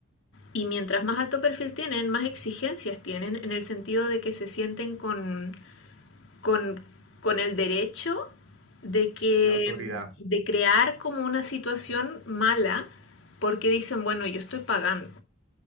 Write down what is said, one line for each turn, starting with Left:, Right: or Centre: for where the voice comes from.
Left: y mientras más alto perfil tienen, más exigencias tienen en el sentido de que se sienten con con, con el derecho de que
Right: Y la autoridad,
Left: de crear como una situación mala porque dicen, bueno, yo estoy pagando.